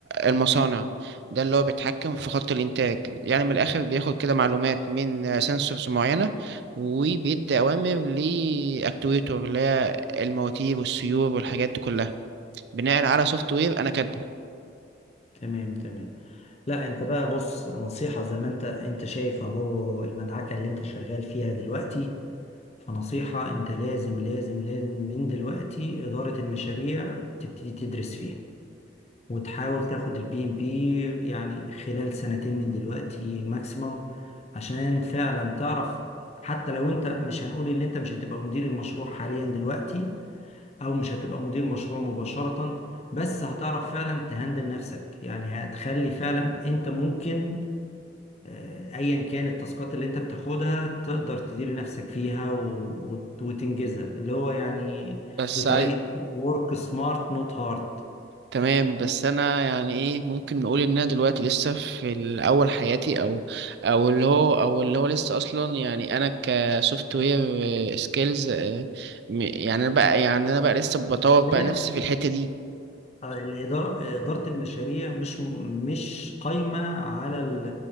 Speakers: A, on the right (about 60°); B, on the left (about 35°).
A: المصانع ده اللي هو بيتحكم في خط الإنتاج يعني من الآخر بياخد كده معلومات من سنسورز معينة وبيدي أوامر لأكتويتور اللي هي المواتير والسيور والحاجات دي كلها بناء على سوفت وير أنا كاتبه
B: تمام تمام لا انت بقى بص نصيحة زي ما انت انت شايف اهو المدعكة اللي انت شغال فيها دلوقتي فنصيحة انت لازم لازم لازم من دلوقتي إدارة المشاريع تبتدي تدرس فيها وتحاول تاخد البي ام بي يعني خلال سنتين من دلوقتي ماكسيمم عشان فعلا تعرف حتى لو انت مش هنقول ان انت مش هتبقى مدير المشروع حاليا دلوقتي او مش هتبقى مدير مشروع مباشرة بس هتعرف فعلا تهندل نفسك يعني هتخلي فعلا انت ممكن آه، ايا كان التاسكات اللي انت بتاخدها تقدر تدير نفسك فيها و... وت- وتنجزها اللي هو يعني
A: بس
B: بطريقة
A: عاي...
B: work smart not hard
A: تمام بس أنا يعني إيه ممكن نقول إن أنا دلوقتي لسه في الأول حياتي أو أو اللي هو أو اللي هو لسه أصلا يعني أنا كسوفت وير سكيلز يعني أنا بقى يعني أنا بقى لسه بطور بقى
B: هي،
A: نفسي في الحتة دي
B: آه، الإدارة إدارة المشاريع مش مش قايمة على ال-